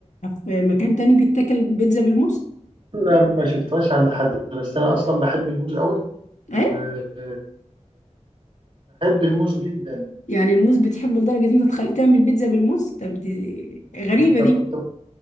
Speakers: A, on the left (about 80°); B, on the right (about 40°).
A: في مكان تاني بيتاكل بيتزا بالموز
B: لا ما شفتهاش عند حد بس انا اصلا بحب الموز قوي وبحب
A: ايه
B: الموز جدا
A: يعني الموز بتحبه لدرجه ان انت تخلي تعمل بيتزا بالموز طب دي غريبه
B: فكنت
A: دي